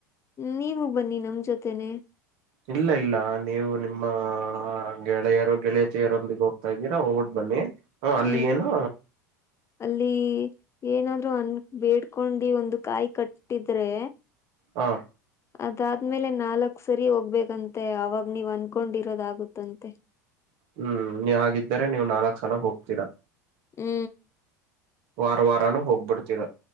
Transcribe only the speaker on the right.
ಇಲ್ಲ ಇಲ್ಲ ನೀವು ನಿಮ್ಮ ಗೆಳೆಯರು ಗೆಳೆಯತಿಯರೊಂದಿಗೆ ಹೋಗ್ತಾ ಇದ್ದೀರಾ ಹೋಗ ಬನ್ನಿ. ಹ್ಮ ಅಲ್ಲಿ
ಏನು
ಹಾ
ಹ್ಮ ಹಾಗಿದ್ದರೆ ನೀವ ನಾಲ್ಕ ಸಲ ಹೋಗ್ತೀರಾ.
ವಾರ ವಾರಾನೂ ಹೋಗ್ಬಿಡ್ತೀರ.